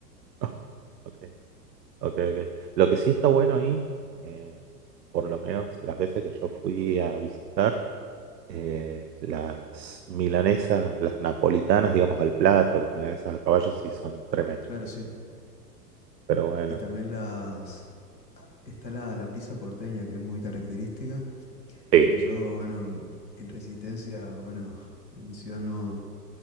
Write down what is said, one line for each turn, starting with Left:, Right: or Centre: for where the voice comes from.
Right: Ah, ok, ok, ok. Lo que sí está bueno ahí, eh, por lo menos las veces que yo fui a visitar, eh, las milanesas, las napolitanas, digamos, al plato, las milanesas a caballo sí son tremendas.
Left: Claro, sí.
Right: Pero bueno,
Left: Y también las... ah, Está la, la pizza porteña, que es muy característica,
Right: sí.
Left: que yo, bueno, en Resistencia, bueno, <laughs> en mi ciudad no...